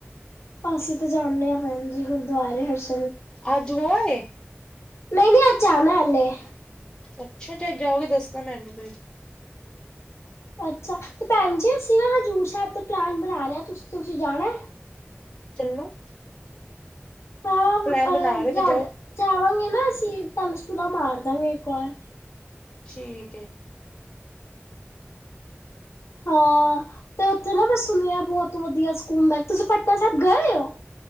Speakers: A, on the left; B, on the left.
A: ਅਸੀਂ ਤਾਂ ਜਾਨੇ ਆ ਭੈਣਜੀ ਗੁਰਦੁਆਰੇ ਹਰ ਸੰ
B: ਅੱਜ ਹੋ ਆਏ?
A: ਨਹੀਂ-ਨਹੀਂ, ਅੱਜ ਜਾਣੈ ਹਲੇ।
B: ਅੱਛਾ, ਜਦ ਜਾਓਗੇ ਦੱਸਣਾ ਮੈਨੂੰ ਫੇਰ।
A: ਅੱਛਾ, ਤੇ ਭੈਣ ਜੀ ਅਸੀਂ ਨਾ ਹਜ਼ੂਰ ਸੈਬ ਦਾ ਪਲੈਨ ਬਣਾ ਰੇ ਆ, ਤੁਸ ਤੁਸੀਂ ਜਾਣੈ?
B: ਚੱਲੋ,
A: ਹਾਂ
B: ਪਲੈਨ ਬਣਾ
A: ਅਹ
B: ਰੇ ਓ ਤੇ
A: ਜਾ
B: ਜਾਓ।
A: ਜਾਵਾਂਗੇ ਨਾ ਅਸੀਂ ਤਾਨੂੰ ਸੁਲਾ ਮਾਰ ਦਾ ਗੇ ਇੱਕ ਵਾਰ।
B: ਠੀਕ ਏ।
A: ਹਾਂ, ਤੇ ਓਥੇ ਨਾ ਮੈਂ ਸੁਣਿਐ ਬੌਤ ਵਧੀਆ ਸਕੂੰਬ ਐ। ਤੁਸੀਂ ਪਟਨਾ ਸੈਬ ਗਏ ਓ?